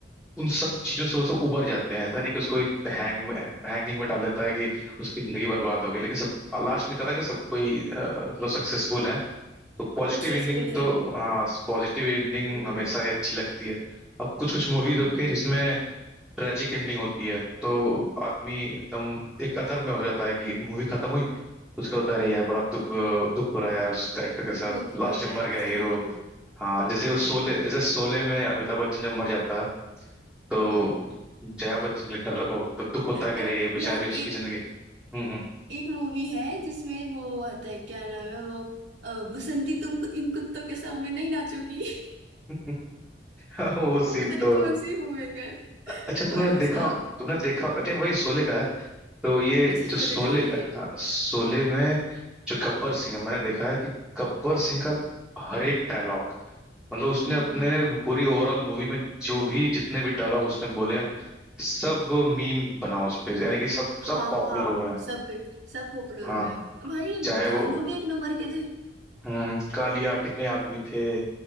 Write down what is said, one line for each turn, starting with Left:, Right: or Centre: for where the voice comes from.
Centre: उन सब चीजों से वो सब उबर जाते हैं ऐसा नहीं कि उसको एक हैंग में हैंगिंग में डाल देता है कि उसकी जिंदगी बर्बाद हो गई लेकिन सब लास्ट निकला था कि सब कोई अ, मतलब सक्सेसफुल है तो पॉजिटिव
Right: सक्सेसफुल
Centre: एंडिंग तो
Right: है
Centre: हाँ पॉजिटिव एंडिंग
Right: हम्म
Centre: हमेशा
Right: हम्म
Centre: ही अच्छी लगती है अब कुछ कुछ मूवीज
Right: हम्म
Centre: होती
Right: हम्म।
Centre: है जिसमें ट्रेजिक एंडिंग होती है तो आदमी एकदम एक अथर में हो जाता है कि मूवी खत्म हुई उसका होता है अरे यार बड़ा दुख दुख हो रहा है यार उस करेक्टर के साथ
Right: दुख
Centre: लास्ट
Right: भरा
Centre: में
Right: है
Centre: मर गया हीरो
Right: हाँ
Centre: हाँ
Right: हाँ
Centre: जैसे वो शोले
Right: हाँ हाँ
Centre: जैसे शोले में अमिताभ बच्चन जब मर जाता है तो
Right: हम्म
Centre: जया बच्चन के लिए डर ओ, तो दुख होता है कि
Right: अरे
Centre: अरे ये बेचारी
Right: यार
Centre: उसकी
Right: एक
Centre: जिंदगी हम्म
Right: एक मूवी है जिसमें वो आता है क्या नाम है वो अ, बसंती तुम कु- इन कुत्तों के सामने नहीं नाचोगी <laughs>
Centre: हम्म <laughs> वो
Right: वो
Centre: सीन
Right: पता नहीं
Centre: तो
Right: कौन सी मूवी का है
Centre: अच्छा
Right: भाई
Centre: तुमने देखा
Right: साहब
Centre: तुमने देखा अरे वही शोले का है तो ये
Right: अच्छा शोले
Centre: जो शोले
Right: का है ये
Centre: हाँ, शोले में जो गब्बर सिंह है मैंने देखा है कि गब्बर सिंह का हर एक डायलॉग मतलब उसने
Right: हम्म
Centre: अपने पूरी ओवरऑल मूवी में जो भी जितने भी डायलॉग उसने बोले हैं सब मीम बना उस पे यानी कि सब
Right: हाँ
Centre: सब पॉपुलर
Right: हाँ
Centre: हुआ है
Right: सब पे सब पॉपुलर
Centre: हाँ
Right: हुए हैं भाई
Centre: चाहे
Right: डायलॉग
Centre: वो
Right: एक नंबर के थे
Centre: हम्म कालिया कितने आदमी थे